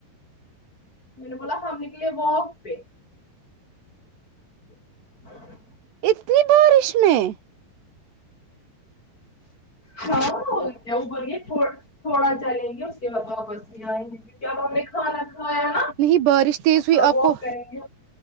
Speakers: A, on the left; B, on the right.
A: میں نے بولا ہم نکلے واک پہ ہاں
B: اتنی بارش میں
A: ہاں کیا وہ بولے تھوڑا چلیں گے اس کے بعد آپس یہ آئیں گے کیونکہ اب ہم نے کھانا کھایا نا
B: نہیں بارش تیز
A: اب
B: ہوئی
A: تھوڑا
B: آپ
A: واک
B: کو
A: کریں گے